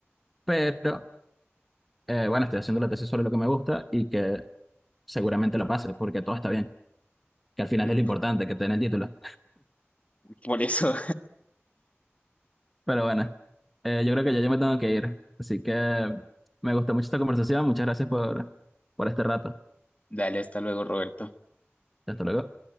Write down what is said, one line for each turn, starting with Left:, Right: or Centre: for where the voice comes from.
Centre: Pero, eh, bueno, estoy haciendo la tesis sobre lo que me gusta y que seguramente lo pase, porque todo está bien, que al final
Left: <laughs>
Centre: es lo importante, que te den el título.
Left: Por eso,
Centre: Pero bueno, eh, yo creo que ya yo me tengo que ir. Así que me gustó mucho esta conversación. Muchas gracias por, por este rato.
Left: dale, hasta luego, Roberto.
Centre: Hasta luego.